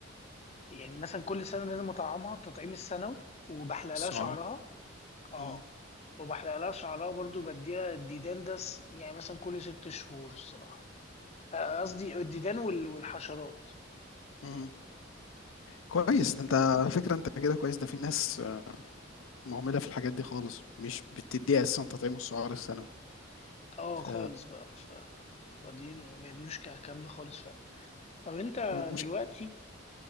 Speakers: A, on the left (about 30°); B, on the left (about 80°).
A: يعني مثلا كل سنه لازم اطعمها التطعيم السنوي وبحلق
B: السُعار،
A: لها شعرها اه
B: اهم،
A: وبحلق لها شعرها برضو بديها الديدان ده س- يعني مثلا كل ست شهور الصراحة آه، قصدي الديدان وال- والحشرات
B: اهم، كويس
A: بس
B: ده أنت على فكرة أنت كده كويس، ده في ناس آه، مهملة في الحاجات دي خالص، مش بتدّيها أساسًا تطعيم السُعار السنوي،
A: اه
B: ف
A: خالص بقى ف فاضيين ما بيعملوش كده- الكلام ده خالص فعلا طب انت
B: مش
A: دلوقتي